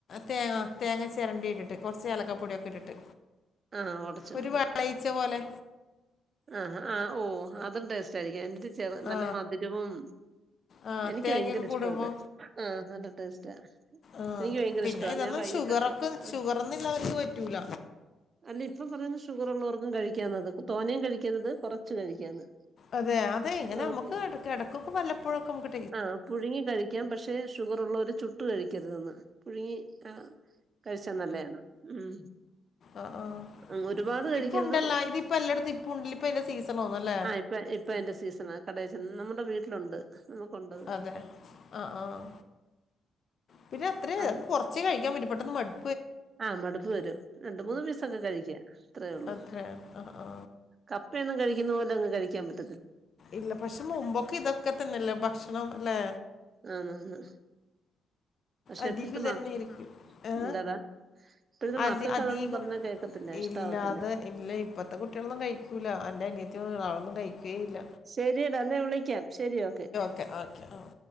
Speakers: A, on the left; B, on the right.
A: തേങ്ങ ആഹ് തേങ്ങ ചിരണ്ടി ഇട്ടിട്ട് കൊറച്ച് ഏലക്കാപ്പൊടിയൊക്കെ ഇട്ടിട്ട്
B: ആഹ് ഒടച്ചെടുക്കും
A: ഒരു വെളയിച്ച പോലെ
B: ആഹ് ആഹ് ഓ അതും ടേസ്റ്റ് ആയിരിക്കും എന്നിട്ട് ചെർ
A: ആ
B: നല്ല മധുരവും
A: ആ
B: എനിക്ക്
A: തേങ്ങയൊക്കെ
B: ഭയങ്കര ഇഷ്ടാ
A: കൂടുമ്പോ
B: അത് ആഹ് നല്ല ടേസ്റ്റാ
A: ആഹ്
B: എനിക്ക് ഭയങ്കര
A: പിന്നെ
B: ഇഷ്ട
A: ഇതൊന്നും
B: ഞാൻ വൈകിട്ടൊക്കെ
A: ഷുഗറൊക്കെ
B: ആഹ്
A: ഷുഗറൊന്നും ഇള്ളവർക്ക് പറ്റൂല
B: അല്ലിപ്പൊ പറയുന്ന് ഷുഗർ ഉള്ളവർക്കും കഴിക്കാന്നത് തോനയും കഴിക്കര്ത് കൊറച്ച് കഴിക്കാന്ന്
A: അതെ അതെ ഇങ്ങനെ
B: ആഹ്
A: അമ്മുക്ക്
B: പു
A: എടക്കൊക്കെ വല്ലപ്പോഴൊക്കെ അമ്മക്
B: ആഹ് പുഴുങ്ങി കഴിക്കാം പക്ഷെ ഷുഗറുള്ളവര് ചുട്ട് കഴിക്കരുതെന്ന് പുഴുങ്ങി ആ കഴിച്ചാ നല്ലയാന്ന് ഉം
A: ആഹ് ആഹ്
B: ഉം ഒരുപാട് കഴിക്കരുത്
A: ഇപ്പ ഉണ്ടല്ലാ ഇതിപ്പ എല്ലടത്തും ഇപ്പ ഉണ്ട് ഇപ്പ ഇതിന്റെ സീസണാന്നല്ലേ
B: ആഹ് ഇപ്പ ഇപ്പ അതിന്റെ സീസണാ കടേചെന്ന നമ്മുടെ വീട്ടിലുണ്ട് നമ്മക്കൊണ്ട്
A: അതെ ആഹ് ആഹ് പിന്നെ അത്ര
B: അത്
A: കൊറച്ചേ കഴിക്കാൻ പറ്റു പെട്ടെന്ന് മട്
B: ആഹ് മടുപ്പ് വരും രണ്ട് മൂന്ന് പീസൊക്കെ കഴിക്കാം ഇത്രേ ഉള്ളൂ
A: അത്രേ ആ ആ
B: കപ്പയൊന്നും കഴിക്കുന്ന പോലങ്ങ് കഴിക്കാൻ പറ്റ്
A: ഇല്ല പക്ഷെ മുമ്പൊക്കെ ഇതൊക്കെ തന്നെല്ലേ ഭക്ഷണം അല്ലെ
B: ആന്നാന്ന് പക്ഷെ
A: അധികം
B: ഇപ്പത്തെ
A: ഇതന്നെയായിരിക്കും
B: മക്
A: ഏ
B: എന്താട ഇപ്പഴത്തെ
A: അതി
B: മക്കക്ക്
A: അധികം
B: അതൊന്നും പറഞ്ഞാ കേക്കത്തില്ല ഇഷ്ടാവത്തില്ല
A: ഇല്ല അത് ഇല്ല ഇപ്പത്തെ കുട്ടികളൊന്നും കയിക്കൂല്ല എന്റെ അനിയത്തിയൊന്നും അവളൊന്നും കയിക്കേയില്ല
B: ശരിയടാ അന്നെ വിളിക്കാം ശരി ഓക്കെ
A: ഓക്കെ ഓക്കെ ആഹ്